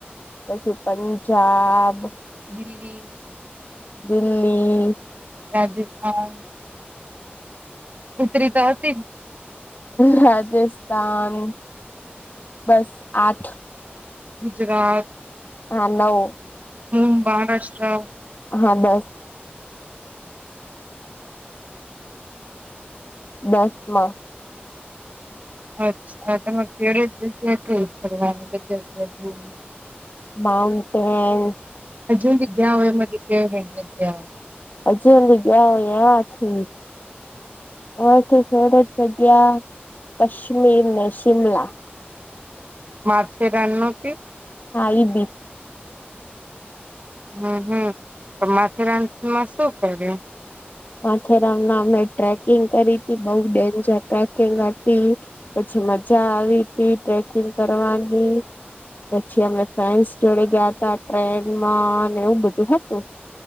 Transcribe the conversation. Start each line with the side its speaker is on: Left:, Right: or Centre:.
Left: પછી પંજાબ
Right: દિલ્હી
Left: દિલ્હી
Right: રાજસ્થાન ઉતરી તો હતી જ
Left: હાજ ન બસ આઠ
Right: ગુજરાત
Left: હા નવ
Right: હું મહારાષ્ટ્રા
Left: હા બસ દસ માં
Right: અચ્છા તમારે ફેવરટ જગ્યા ક ફની બધ
Left: માઉન્ટ
Right: હજુ જગ્યા હોય મારી ફેવટ જગ્યા
Left: હજી અમી ગયા હો એથી ઓરત જગ્યા કશ્મીર શિમલા
Right: માર્ચે રાણનોટી
Left: હા એી
Right: હમ હમ તો માથેરાનમાં શું કરે
Left: માથેરામાં અમે ટ્રેકિંગ કરી હતી બઉ ડેન્જર ટ્રેકિંગ હતી પછી મજા આવી હતી ટ્રેકિંગ કરવાની પછી અમે ફ્રેન્ડસ જોડે ગયા હતા ટ્રેનમાં અને એવું બધું હતું